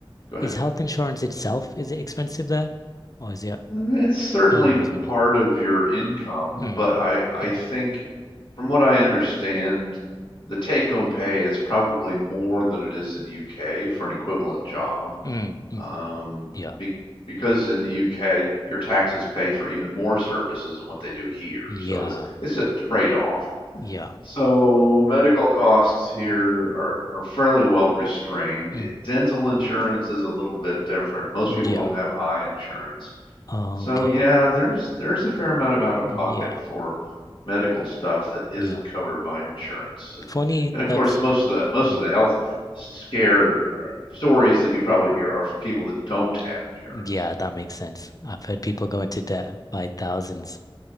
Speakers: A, on the left (about 60°); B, on the left (about 40°).
A: Go ahead.
B: is health insurance itself, is it expensive there? Or is it
A: It's certainly
B: fairly reasonable?
A: part of your income,
B: Mm.
A: but I I
B: Mm.
A: think from what I understand, the take-home pay is probably more than it is in the UK for an equivalent job.
B: Mm. hmm
A: Um,
B: Yeah.
A: be, because in the UK, your taxes pay for even more services than what they do here.
B: Yeah.
A: So it's it's a trade-off.
B: Yeah.
A: So medical costs here are, are fairly well restrained.
B: Mm.
A: Dental insurance is a little bit different. Most
B: Yeah.
A: people don't have eye insurance.
B: Okay.
A: So yeah, there's there's a fair amount of out of
B: Yeah.
A: pocket for medical stuff that isn't
B: Yeah.
A: covered by insurance. And
B: Funny,
A: and of
B: that's
A: course most of the most
B: mm.
A: of the health s- scare uh, stories that you probably hear are for people that don't have insurance.
B: Yeah, that makes sense. I've heard people go into debt by thousands